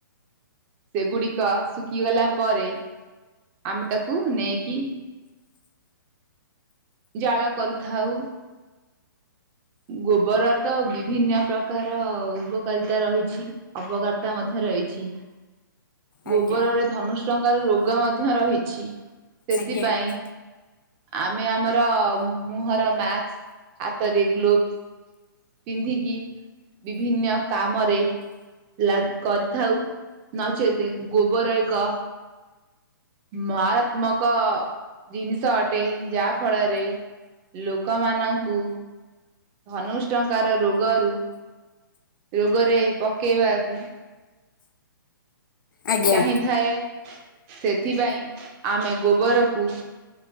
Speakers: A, on the right; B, on the left.
A: ସେଗୁଡ଼ିକ ଶୁଖିଗଲା ପରେ ଆମେ ତାକୁ ନେଇକି ଜାଳ କରୁଥାଉ। ଗୋବରରେ ତ ବିଭିନ୍ନ ପ୍ରକାର ଉପକାରିତା ରହିଛି। ଅବକାରିତା ମଧ୍ୟ ରହିଛି। ଗୋବରରେ
B: ଆଜ୍ଞା
A: ଧନୁଷ୍ଙ୍କାର ରୋଗ ମଧ୍ୟ ରହିଛି ସେଥିପାଇଁ
B: ଆଜ୍ଞା
A: ଆମେ ଆମର ମୁହଁର ମାସ୍କ ହାତରେ ଗ୍ଲୋଭସ ପିନ୍ଧିକି ବିଭିନ୍ନ କାମରେ ଲ କରିଥାଉ ନଚେତ ଗୋବର ଏକ ମାରାତ୍ମକ ଜିନିଷ ଅଟେ ଯାହା ଫଳରେ ଲୋକମାନଙ୍କୁ ଧନୁଷ୍ଙ୍କାର ରୋଗରୁ ରୋଗରେ ପକେଇବାକୁ
B: ଆଜ୍ଞା
A: ଚାହିଁଥାଏ ସେଥିପାଇଁ ଆମେ ଗୋବରକୁ